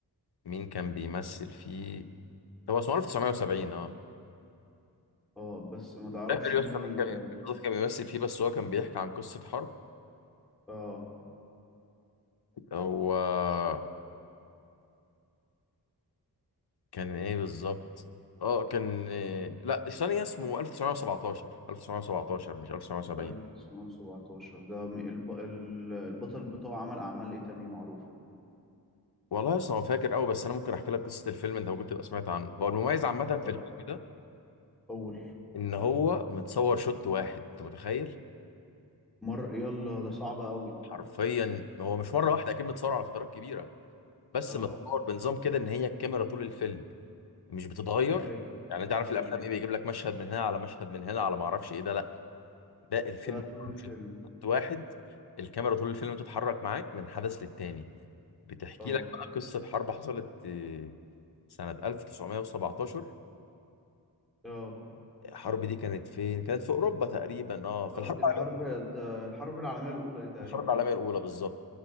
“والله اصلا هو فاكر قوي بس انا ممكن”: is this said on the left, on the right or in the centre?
Left